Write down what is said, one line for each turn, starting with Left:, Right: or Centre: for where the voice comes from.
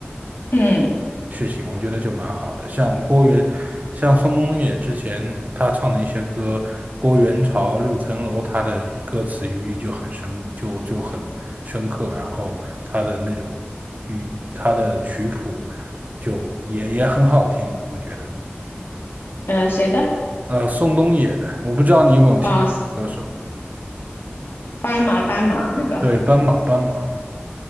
Left: 嗯
Right: 事情，我觉得就蛮好的。像郭源，像宋冬野之前他唱的一些歌，《郭源潮》《六层楼》，他的歌词寓意就很深，就就很深刻。然后他的那种语，他的曲谱就也也很好听，我觉得。
Left: 呃，谁的？
Right: 呃，宋冬野的，我不知道你有没有听过歌手，
Left: 哦，斑马斑马那个，
Right: 对，斑马，斑马，